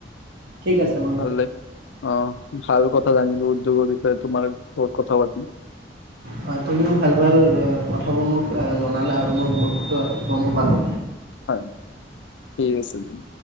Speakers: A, on the right (about 60°); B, on the left (about 80°).
A: ঠিক আছে। বাৰু
B: ভালে অ ভাল কথা জানিলো উদ্যোগৰ বিষয়ে তোমাৰ লগত কথা পাতি।
A: হয় তুমিও ভাল ভাল অ কথাবোৰ মোক জনালা আৰু মই বহুত গমো পালো।
B: হয় ঠিক আছে দিয়া।